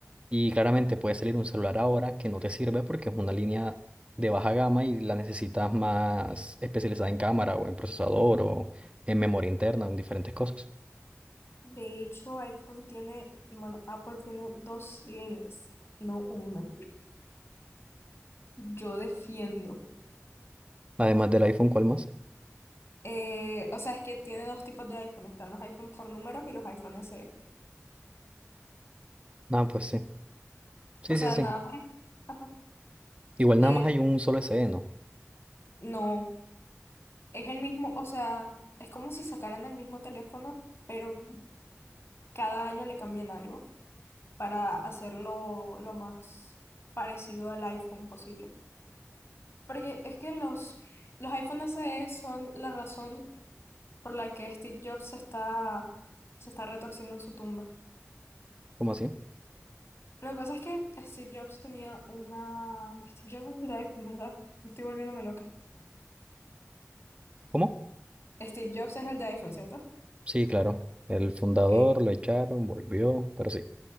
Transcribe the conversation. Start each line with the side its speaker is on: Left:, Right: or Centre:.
Right: Y claramente puede salir un celular ahora que no te sirve porque es una línea de baja gama y la necesitas más especializada en cámara o en procesador o en memoria interna o en diferentes cosas.
Left: De hecho, iPhone tiene, bueno, Apple tiene dos líneas, no una. Yo defiendo.
Right: Además del iPhone, ¿cuál más?
Left: Eh, o sea, es que tiene dos tipos de iPhone. Están los iPhone por números y los iPhone SE.
Right: Ah, pues sí. Sí,
Left: O sea,
Right: sí, sí.
Left: nada más. ajá.
Right: Igual
Left: Eh,
Right: nada más hay un solo S SE, ¿no?
Left: no, es el mismo, o sea, es como si sacaran el mismo teléfono, pero cada año le cambian algo para hacerlo lo más parecido al iPhone posible. Porque es que los, los iPhone SE son la razón por la que Steve Jobs se está, se está retorciendo en su tumba.
Right: ¿Cómo así?
Left: Lo que pasa es que Steve Jobs tenía una... Steve Jobs es el de iPhone, ¿verdad? Estoy volviéndome loca.
Right: ¿Cómo?
Left: Steve Jobs es el de iPhone, ¿cierto?
Right: Sí, claro. El fundador
Left: Ok.
Right: lo echaron, volvió, pero sí.